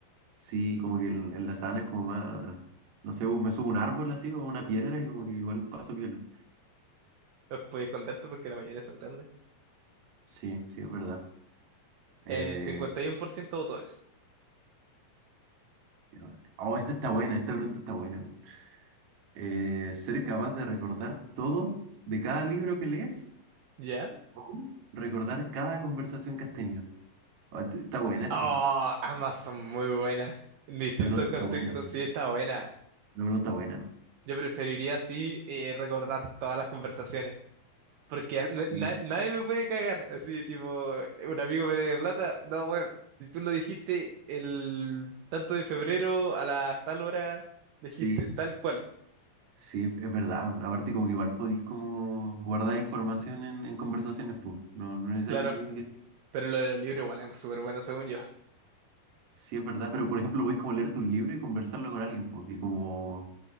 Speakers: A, on the right; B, on the right.
A: Sí, como que en, en la sabana es como más, no sé, pues me subo a un árbol así o a una piedra y como que igual paso piola.
B: Los podéis contar tú porque la mayoría son grandes.
A: Sí, sí, es verdad. Eh,
B: El 51% votó eso.
A: ya va. oh, esta está buena, esta pregunta está buena. weón. Eh, ¿ser capaz de recordar todo de cada libro que lees
B: ¿Ya?
A: o recordar cada conversación que has tenido? Ah, est- está buena esta,
B: Oh, ambas son muy buenas. En distintos
A: la pregunta
B: contextos
A: está buena, weón.
B: sí está buena.
A: la pregunta está buena. weón.
B: Yo preferiría sí eh, recordar todas las conversaciones. Porque
A: Sí,
B: na- na- nadie me puede cagar. Así tipo, un amigo me debe plata. No, bueno, si tú lo dijiste el tanto de febrero a las tal hora, dijiste
A: sí,
B: tal cual.
A: sí, es es verdad. weón. Aparte como que igual podéis como guardar información en, en conversaciones, pues, no, no necesariamente
B: Claro.
A: tiene que...
B: Pero lo de los libros igual es súper bueno según yo.
A: Sí, es verdad, pero por ejemplo, podéis como leerte un libro y conversarlo con alguien, pues, y como,